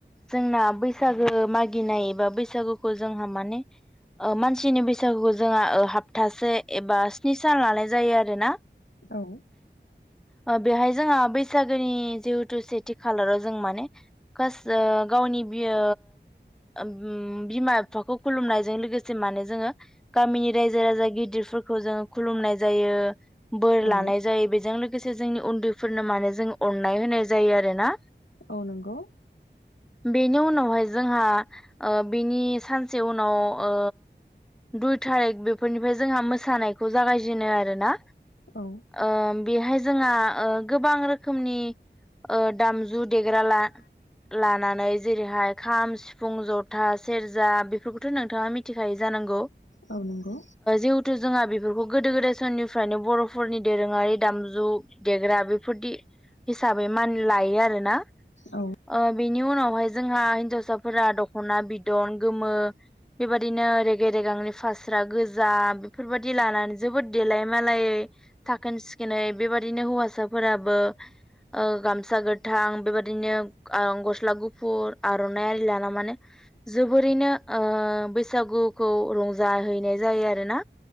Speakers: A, in the centre; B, on the left.
A: जोंना बैसागो मागिनाय बा बैसागुखौ जोंहा माने मानसिनि बैसागुखौ जोंहा हाबथासे एबा स्नि सान लानाय जायो आरो ना
B: औ
A: ओ बेहाय जोंहा बै सागोनि जिहेतु सेथि खालाराव जों माने गावनि बियो ओम बिमा बिफाखौ खुलुमनायजों लोगोसे माने जोङो गामिनि रायजो राजा गिदिरफोर फोरखौ जों खुलुमनाय जायो। बोर
B: औ
A: लानाय जायो बेजों लोगोसे जोंनि उन्दैफोरनो माने जों अननाय होनाय जायो आरो ना
B: औ नंगौ
A: बेनि उनावहाय जोंहा ओ बेनि सानसे उनाव ओ दुइ थारिख बेफोरनिफ्राय जोंहा मोसानायखौ जागायजेनो आरो ना
B: औ
A: ओ बेहाय जोंहा ओ गोबां रोखोमनि ओ दामजु देग्रा लानानै जेरैहाय खाम, सिफुं, जथा, सेरजा बेफोरखौथ' नोंथाङा मिथिखायो जानांगौ?
B: औ नंगौ
A: जिहेथु जोंहा बे बेफोरखौ गोदो गोदाय समनिफ्रायनो बर'फोरनि दोरोङारि दामजु देग्रा बेफोरदि हिसाबै मान लायो आरोना
B: औ
A: ओ बेनि उनावहाय जोंहा हिनजावसाफोरा दखना बिदन गोमो बेबायदिनो रेगे रेगांनि फास्रा गोजा बेफोरबायदि लानानै जोबोद देलाय मालायै साखोन सिखोनै बेबादिनो हौवासाफोराबो ओ गामसा गोथां बेबादिनो गस्ला गुफुर आर'नाइ आरि लाना माने जोबोरैनो ओ बैसागुखौ रंजाहैनाय जायो आरोना।